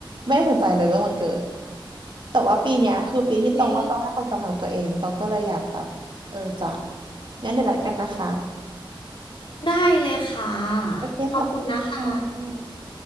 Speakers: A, on the right; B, on the left.
A: ไม่ได้สนใจเลยเรื่องวันเกิดแต่ว่าปีเนี้ยคือปีที่ตองว่าตองให้ความสำคัญกับตัวเองตองก็เลยอยากแบบเออจัด
B: คุย
A: งั้นเดี๋ยวนัดกันนะคะ
B: ได้เลยค่ะ
A: โอเคค่ะขอบคุณค่ะ
B: ขอบคุณนะคะ